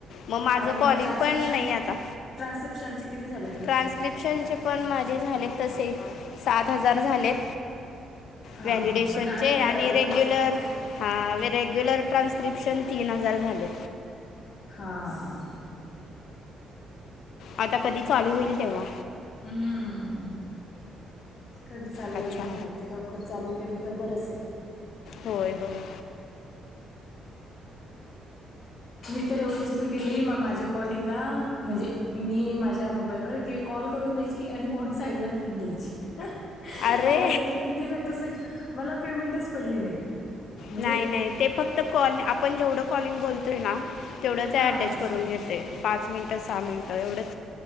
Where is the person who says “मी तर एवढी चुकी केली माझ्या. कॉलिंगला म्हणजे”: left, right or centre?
Left